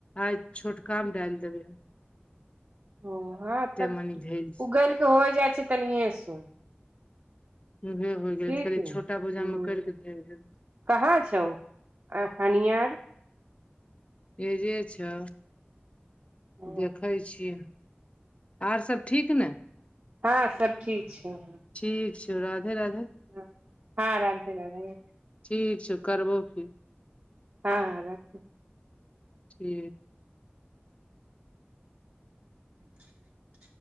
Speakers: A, on the left; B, on the right.
A: आइ छोटका मे डालि देबे हम
B: ओ हँं तब
A: मनी धैल छै
B: उगल केऽ होइ जाइ छै तनिए सो
A: उह हो गेल।
B: ठीक
A: कहली
B: ने
A: छोटा बोजाम
B: हूँ
A: मे करिक धए गेल
B: कहाँ छौ, अ हनिया आर?
A: एजे छौ,
B: ओ
A: देखै छियै आर सब ठीक ने?
B: हँं सब ठीक छै
A: ठीक छौ। राधे-राधे
B: ह हँ राधे-राधे
A: ठीक छौ, करबौ फेर
B: हँ हाँ राखू
A: ठी
B: <inaudible>